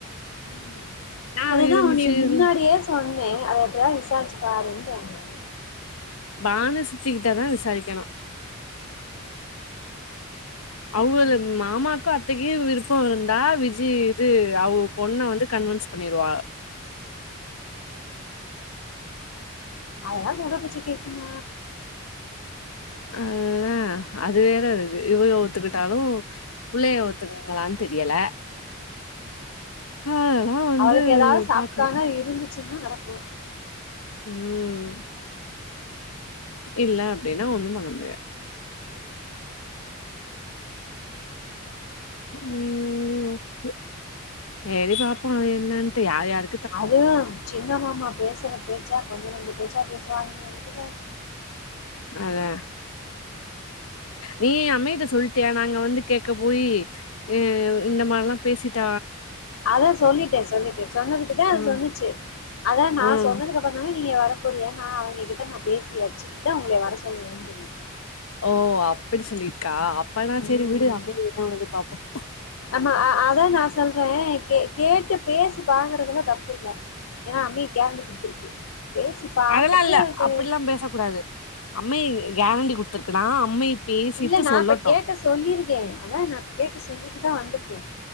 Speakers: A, on the left; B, on the left.
A: ம் ஆ அதுதான்
B: இருந்துச்சு
A: உன்ன முன்னாடியே
B: இல்ல
A: சொன்னேன் அதை எப்படியாவது விசாரிச்சி பாருன்சொன்னேன்
B: பானு சித்திக்கிட்ட தான் விசாரிக்கணும் அவுங்க மாமாக்கும் அத்தைக்கும் விருப்பம் இருந்தா விஜி் இது அவுக பொண்ண வந்து கன்வின்ஸ் பண்ணிருவாக
A: அததான் சொல்ற பேச்சு உம்
B: அதான் அது வேற இருக்கு இவுக ஒத்துக்கிட்டாலும் புள்ளய ஒத்துக்கங்களான்னு தெரியல அதெல்லா வந்து
A: அவளுக்கு ஏதாவது சாப்கானா
B: பாக்கணு
A: இருந்து என்ன நடக்கும்
B: உம் இல்ல அப்டின்னா ஒண்ணும் பண்ண முடியாது உம்ஓகே எரி பாப்போம் என்னட்டு யார் யாரு
A: அதுவும் சின்னமாமா பேசுற பேச்சா கொஞ்சம் நஞ்சம் பேச்சா பேச சுவானி கக்கல
B: அதான் நீ அம்மைட்டத சொல்லிட்டிய நாங்க வந்து கேட்க போயி அஹ் இந்த மாரில்லாம் பேசிட்ட
A: அதான் சொல்லிட்டேன் சொல்லிட்டேன் சொன்னதுக்குதான் அத
B: ம்
A: சொன்னுச்சு அதான் நான்
B: ம்
A: சொன்னதுக்கு அப்புறம் தானே நீங்க வர புரிய நான் அவுங்க கிட்ட நான் பேசி வச்சிட்டு தான் உங்களே வர சொல்லுவேன்ன சொல்லிச்சு
B: ஓ அப்டி சொல்லிருக்கா அப்பனா
A: ம்
B: சரி விடு அம்ம என்ன பண்ணது பாப்போம்
A: ஆமா அதா நா சொல்றே கேட்டு பேசி பாக்கறதுல தப்பு இல்ல ஏன்னா அம்ம கேரண்டி குடுத்துருக்கு பேசி பாத்துட்டு
B: அதெல்லாம் இல்ல
A: சரி
B: அப்டிலாம் பேசக் கூடாது அம்ம கேரண்டி கொடுத்துருக்குனா அம்மை பேசிட்டு
A: இல்ல நான்
B: சொல்லட்டு
A: இப்ப கேக்க சொல்லியிருக்கேன் அதான் நான் இப்ப கேக்க சொல்லிட்டுதான் வந்திருக்கேன்